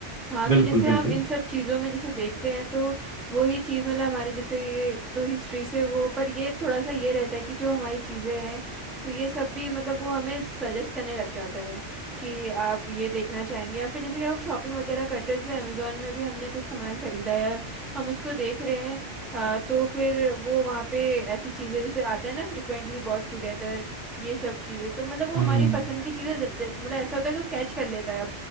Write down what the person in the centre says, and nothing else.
हाँ
तो जैसे
हम इन सब चीजों में जैसे देखते हैं तो वही चीज मतलब हमारी जैसे ये तो हिस्ट्री से वो पर ये थोड़ा सा ये रहता है कि जो हमारी चीजें हैं तो ये सब भी मतलब वो हमें सजेस्ट करने लग जाता है कि आप ये देखना चाहेंगे या फिर जैसे कि हम शॉपिंग वगैरह करते हैं जैसे अमेजोन में भी हमने कुछ सामान खरीदा या हम उसको देख रहे हैं अ, तो फिर वो वहाँ पे ऐसी चीजें जैसे आता है ना फ्रिक्वेंटली बॉट टुगेदर ये सब चीजें तो मतलब वो
हमारी पसंद की चीजें ज- ज- मतलब ऐसा होता है कि वो कैच कर लेता है